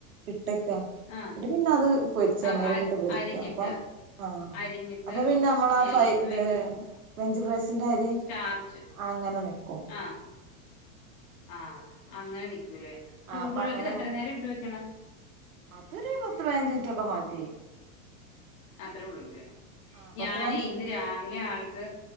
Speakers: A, on the right; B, on the left.
A: ഇട്ടക്ക ഏന്നിട്ട്
B: ആ
A: പിന്നെ അത് പൊരിച്ച്
B: ആ
A: എണ്ണയിലൊക്കെ
B: അ
A: ഇട്ട് പൊരിക്ക
B: അരിഞ്ഞിട്ട്
A: അപ്പ ആഹ്
B: അരിഞ്ഞിട്ട്
A: അപ്പൊ പിന്നെ നമ്മള ആ
B: ഏഹ്
A: ഫൈ ഇത്
B: വെക്കും
A: വെഞ്ച് ഫ്രൈസിന്റെ അരി
B: സ്റ്റാർച്ച്
A: അങ്ങനെ നിക്കും
B: ആഹ് ആഹ്, അങ്ങനെ നിക്കൂലേ,
A: ആ
B: ചൂടുവേള്ളത്തിൽ
A: അപ്പൊ അങ്ങനെ
B: എത്ര
A: നി
B: നേരം ഇട്ട് വെക്കണം?
A: അതൊരു പത്ത് പതിനഞ്ച് മിനിറ്റൊക്കെ മതി
B: അത്രേ ഉള്ളല്ലേ
A: ആഹ് പത്ത്
B: ഞാന്
A: പതിനഞ്ച്
B: ഇന്ന് രാവിലെ ആൾക്ക്